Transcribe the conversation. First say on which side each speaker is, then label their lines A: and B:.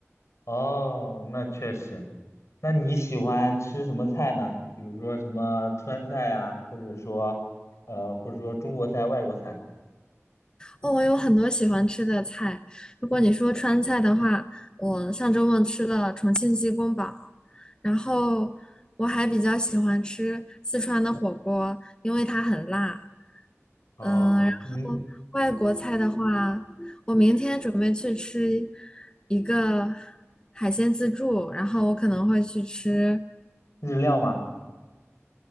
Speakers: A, on the left (about 70°); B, on the left (about 20°).
A: 哦，那确实。那你喜欢吃什么菜呢？比如说什么川菜呀，或者说，呃，或者说中国菜、外国菜。
B: 哦，我有很多喜欢吃的菜。如果你说川菜的话，我上周末吃了重庆鸡公煲，然后我还比较喜欢吃四川的火锅，因为它很辣。
A: 哦，
B: 嗯，然后外国菜的话，
A: 你
B: 我明天准备去吃一个海鲜自助，然后我可能会去吃。
A: 日料吗？